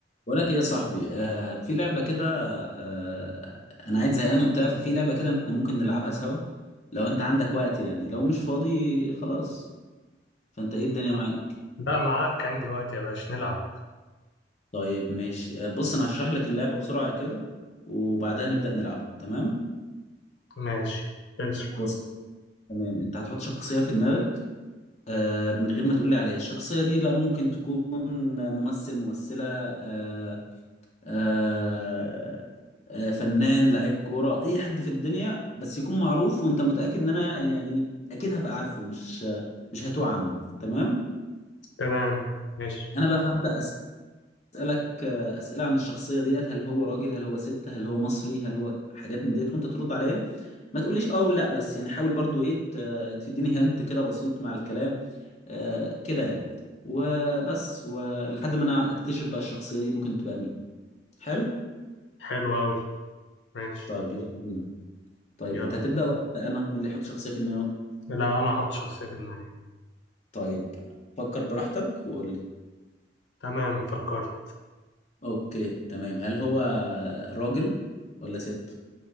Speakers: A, on the left; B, on the left.
A: بقول لك ايه يا صاحبي آه في لعبه كده آه انا عايز زهقان وبتاع ففي لعبه كده احنا ممكن نلعبها سوا لو انت عندك وقت يعني لو مش فاضي خلاص فانت ايه الدنيا معاك
B: لا معاك عندي وقت يا باشا نلعب
A: طيب ماشي آه بص انا هشرح لك اللعبه بسرعه كده وبعدها نبدا نلعبها تمام
B: ماشي ماشي
A: بص تمام انت هتحط شخصيه في دماغك آه من غير ما تقول لي عليها الشخصيه دي بقى ممكن تكون ممثل ممثله آه، آه، آه، فنان لعيب كورة أي حد في الدنيا بس يكون معروف وأنت متأكد إن أنا يعني أكيد هبقى عارفه مش مش هتوه عنه تمام
B: تمام ماشي
A: أنا بقى هبدأ أسألك آه، أسئلة عن الشخصية ديت هل هو راجل هل هو ست هل هو مصري هل هو حاجات من ديت وأنت ترد عليا ما تقوليش أه ولا لأ بس يعني حاول برضو إيه ت- تديني هنت كده بسيط مع الكلام آه، كده يعني وبس ولحد ما أنا أكتشف بقى الشخصية دي ممكن تبقى مين حلو
B: حلو أوي ماشي
A: طيب يلا بينا طيب
B: يلا
A: انت هتبدأ ولا أبدأ انا مين اللي يحط شخصية في دماغه
B: لا أنا أحط شخصية في دماغي
A: طيب فكر براحتك وقول لي
B: تمام فكرت
A: اوكي تمام هل هو راجل ولا ست